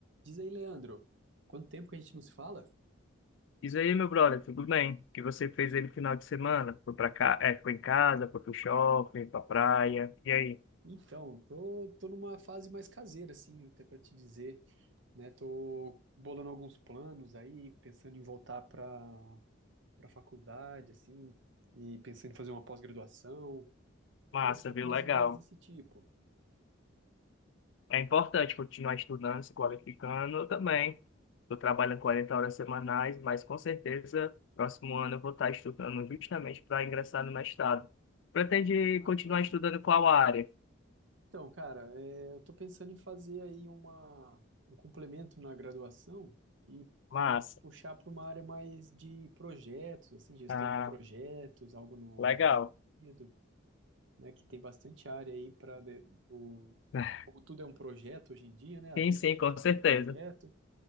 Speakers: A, on the right; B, on the left.
A: Diz aí, Leandro, quanto tempo que a gente não se fala?
B: Diz aí, meu brother, tudo bem? O que você fez aí no final de semana? Foi pra cá, é, foi em casa, foi pro shopping, pra praia. E aí?
A: Então, tô, tô numa fase mais caseira, assim, até para te dizer, né? Tô bolando alguns planos aí, pensando em voltar para para faculdade, assim, e pensando em fazer uma pós-graduação.
B: Massa,
A: Tô, tô
B: viu?
A: com umas
B: Legal.
A: ideias desse tipo.
B: É importante continuar estudando, se qualificando. Eu também. Estou trabalhando 40 horas semanais, mas com certeza, próximo ano eu vou estar estudando justamente para ingressar no mestrado. Pretende
A: Ah,
B: continuar
A: que ótimo.
B: estudando qual área?
A: Então, cara, é, eu tô pensando em fazer aí uma, um complemento na graduação e,
B: Massa.
A: e puxar para uma área mais de projetos, assim, gestão
B: Ah,
A: de projetos, algo no,
B: legal.
A: nesse sentido, né, que tem bastante área aí para o
B: <laughs>
A: como tudo é um projeto hoje em dia, né, a
B: Sim,
A: vida
B: sim, com certeza.
A: é um projeto